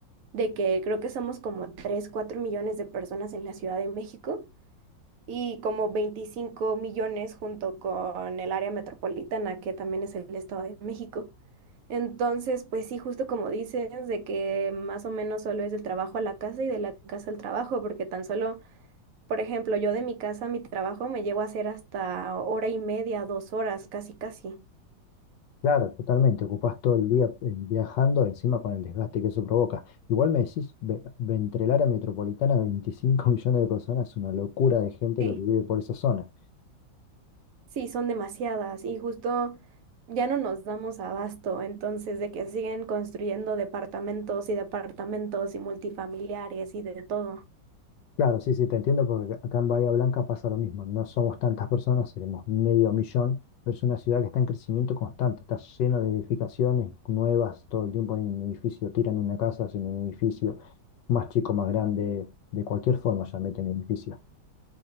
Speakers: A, on the right; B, on the left.
A: de que creo que somos como 3 4 millones de personas en la Ciudad de México y como 25 millones junto con el área metropolitana, que también es el Estado de México. Entonces, pues sí, justo como dices, de que más o menos solo es del trabajo a la casa y de la casa al trabajo, porque tan solo, por ejemplo, yo de mi casa a mi trabajo me llevo a hacer hasta hora y media, dos horas, casi, casi.
B: Claro, totalmente. Ocupás todo el día eh, viajando, encima con el desgaste que eso provoca. Igual me decís, ve- Ventrel a metropolitana, 25 <laughs> millones de personas, es una locura de gente
A: Sí.
B: lo que vive por esa zona.
A: Sí, son demasiadas y justo ya no nos damos abasto, entonces de que siguen construyendo departamentos y departamentos y multifamiliares y de todo.
B: Claro, sí, sí, te entiendo porque acá en Bahía Blanca pasa lo mismo. No somos tantas personas, seremos medio millón, pero es una ciudad que está en crecimiento constante, está lleno de edificaciones nuevas, todo el tiempo hay un edificio, tiran una casa, hacen un edificio más chico, más grande, de cualquier forma ya meten edificios.